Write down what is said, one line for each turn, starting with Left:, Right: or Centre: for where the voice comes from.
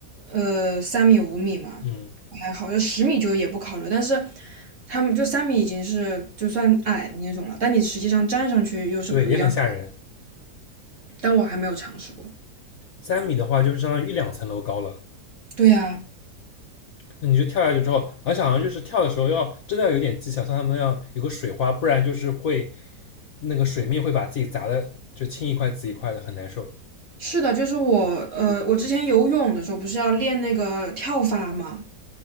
Right: 呃，三米、五米嘛，
Left: 嗯，
Right: 还好，就十米就也不考虑。但是他们就三米已经是就算矮的那种了，但你实际上站上去又是不一样的
Left: 对，也很吓人。
Right: 但我还没有尝试过。
Left: 三米的话，就是相当于一两层楼高了。
Right: 对呀，
Left: 那你就跳下去之后，而且好像就是跳的时候要真的要有点技巧，像他们那样有个水花，不然就是会那个水面会把自己砸的就青一块紫一块的，很难受。
Right: 是的，就是我，呃，我之前游泳的时候不是要练那个跳法嘛，